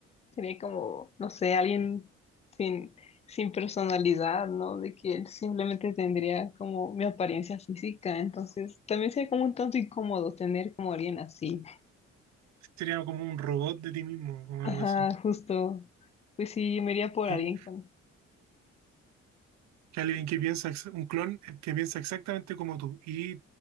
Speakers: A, on the left; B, on the right.
A: sería como, no sé, alguien sin, sin personalidad, ¿no? De que él simplemente tendría como mi apariencia física, entonces también sería como un tanto incómodo tener como alguien así.
B: Sería como un robot de ti mismo o algo
A: Ajá,
B: así.
A: justo. Pues sí, me iría por
B: Y
A: alguien con
B: que alguien que piensa, ex- un clon que piensa exactamente como tú. Y